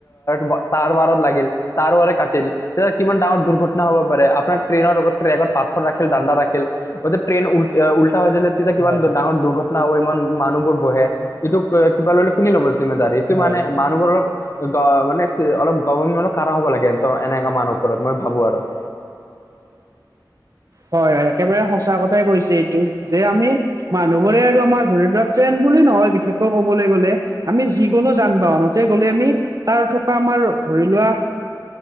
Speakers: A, on the left; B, on the right.
A: <unintelligible> তাৰ বাৰত লাগিল তাৰ বাৰে কাটিল তেতিয়া কিমান ডাঙৰ দুৰ্ঘটনা হব পাৰে, আপোনাৰ ট্ৰেইনৰ আগত ট্ৰেকত পাথৰ ৰাখিল দান্দা ৰাখিল। এই দে ট্ৰেইন উল্টা, উল্টা হৈ যায় তেতিয়া কিমান
B: হয়
A: ডাঙৰ দুৰ্ঘটনা হ'ব, ইমান মানুহবোৰ বহে, এইটো কিবা ল'লে কোনে লব জিমিদাৰি? এইটো
B: হয়
A: মানে মানুহৰ লগত মানে অলপ গভাৰ্ণমেণ্ট ও কাৰা হ'ব লাগে এনেকা মানুহৰ ওপৰত, মই ভাবো আৰু
B: হয় হয়। একেবাৰে সঁচা কথাই কৈছে এইটো যে, আমি মানুহবোৰে আৰু আমাৰ ধৰি ধক ট্ৰেইন বুলি নহয় বিশেষকৈ কবলৈ গ'লে, আমি যিকোনো যান বাহনতে গলে, আমি তাৰ থকা আমাৰ ধৰি লোৱা